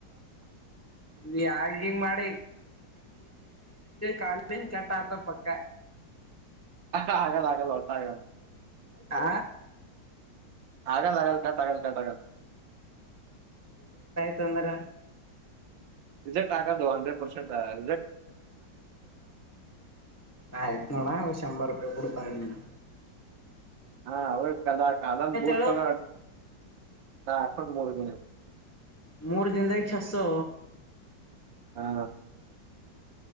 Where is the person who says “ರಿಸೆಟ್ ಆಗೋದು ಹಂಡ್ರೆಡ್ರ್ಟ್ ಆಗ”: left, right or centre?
Right